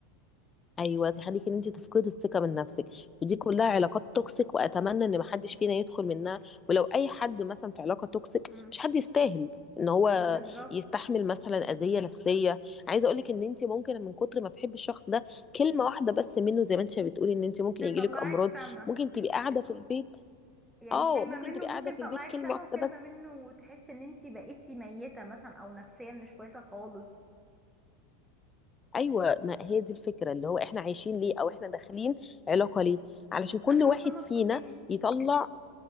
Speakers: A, on the left; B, in the centre.
A: ايوه تخليكي ان انت تفقدي الثقه من نفسك ودي كلها علاقات توكسيك واتمنى ان محدش فينا يدخل منها ولو اي حد مثلا في علاقه توكسيك
B: مم.
A: مش حد يستاهل ان هو
B: بالظبط
A: يستحمل مثلا اذيه نفسيه عايزه اقولك ان انت ممكن من كتر ما بتحبي الشخص ده كلمه واحده بس منه زي ما انت بتقولي ان انت ممكن
B: تطلعك
A: يجيلك امراض
B: سما
A: ممكن تبقي قاعده في البيت
B: يعني
A: اه
B: كلمة
A: ممكن
B: منه
A: تبقي
B: ممكن
A: قاعده في
B: تطلعك
A: البيت كلمه
B: سما
A: واحده
B: وكلمة
A: بس
B: منه تحس ان انتي بقيتي ميتة مثلا او نفسيا مش كويسة خالص
A: ايوه ما هي دي الفكره اللي هو احنا عايشين ليه او احنا داخلين علاقه ليه علشان كل
B: عشان
A: واحد
B: نكون مبسوطين
A: فينا يطلع